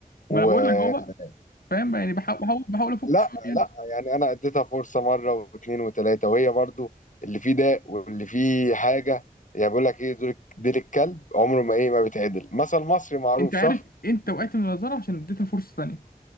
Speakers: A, on the left; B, on the left.
A: وخطيبتي
B: ما انا بقول لك اهو بقى فاهم بقى يعني بحاول بحاول بحاول افك
A: لا
B: شويه يعني
A: لا يعني انا اديتها فرصه مره واثنين وثلاثه وهي برضو اللي فيه داء واللي فيه حاجه يعني بقول لك ايه دول ديل الكلب عمره ما ايه ما بيتعدل مثل مصري معروف
B: انت عارف
A: صح
B: انت وقعت من النظاره عشان اديتها فرصه ثانيه